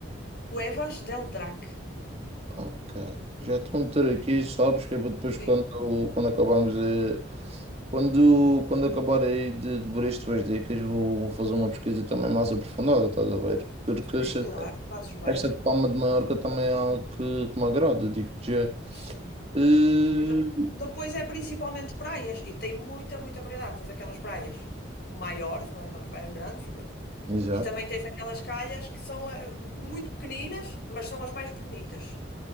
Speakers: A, on the left; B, on the right.
A: Cuevas del Drac.
B: Ok. Já estou a meter aqui, sabes, que é para depois
A: Sim.
B: quando, quando acabarmos a- Quando, quando acabar aí de, de ver as tuas dicas, vou, vou fazer uma pesquisa também mais aprofundada, estás a ver? Porque
A: Sim,
B: esta,
A: claro, fazes bem.
B: esta de Palma de Maiorca também é algo que, que me agrada, digo-te já.
A: Sim.
B: Eh,
A: E de- depois é principalmente praias e tem muita, muita variedade. Tens aquelas praias maiores, não é? Aquelas praias grandes,
B: Exato.
A: e também tens aquelas calhas que são eh, muito pequeninas, mas são as mais bonitas.